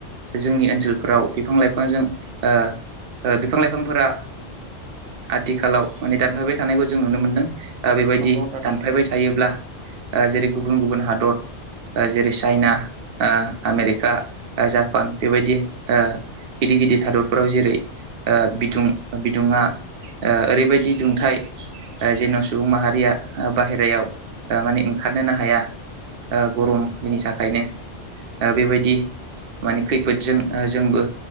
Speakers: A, on the right; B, on the right.
A: जोंनि ओनसोलफोराव बिफां लाइफांजों ओ बिफां लाइफांफोरा ओ आथिखालाव माने दानफायबाय थानायखौ जों नुनो मोनदों। ओ बेबायदि
B: नोंथां नंगौ
A: दानफायबाय थायोब्ला जेरै गुबुन गुबुन हादर। ओ जेरै चाइना आमेरिका जापान बेबायदि ओ। गिदिर गिदिर हादरफोराव जेरै ओ बिदुं बिदुङा। ओ ओरैबायदि दुंथाय। ओ जेन' सुबुं माहारिया ओ बाहेरायाव ओ माने ओंखारनोनो हाया। ओ गरमनि
B: नंगौ
A: थाखायनो ओ बेबायदि। माने खैफोदजों ओ जोंबो